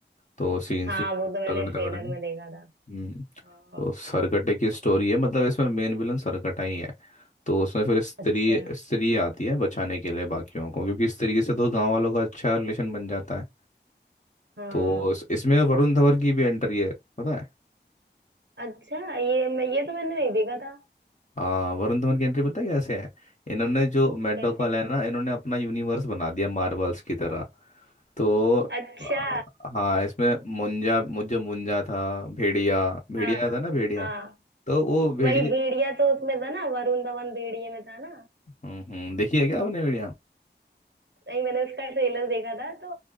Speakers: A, on the left (about 40°); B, on the right (about 75°).
A: तो सीन्स
B: हाँ
A: भी
B: वो
A: बहुत
B: तो मैंने
A: तगड़े
B: ट्रेलर
A: तगड़े हैं।
B: में देखा था
A: हम्म
B: हाँ,
A: तो सरकटे की स्टोरी है मतलब इसमें मेन विलन सरकटा ही है तो उसमें फिर स्त्री
B: अच्छा
A: स्त्री आती है बचाने के लिए बाकियों को क्योंकि स्त्री से तो गांव वालों का अच्छा रिलेशन बन जाता है
B: हाँ
A: तो इस- इसमें वरुण धवन की भी एंट्री है पता है
B: अच्छा ये मैं ये तो मैंने नहीं देखा था
A: हाँ वरुण धवन की एंट्री पता है कैसे है इन्होंने जो मैड
B: कैसे
A: डॉग वाला है ना इन्होंने अपना यूनिवर्स बना दिया मार्वल्स की तरह तो
B: अच्छा
A: आ, हाँ इसमें मुंजा मु- जो मुंजा था भेड़िया भेड़िया
B: हाँ हाँ
A: था ना भेड़िया
B: हाँ
A: तो वो भेड़िया
B: वही भेड़िया तो उसमें था ना वरुण धवन भेड़िए में था ना
A: हम्म हम्म देखी है क्या आपने भेड़िया
B: नहीं मैंने उसका ट्रेलर देखा था तो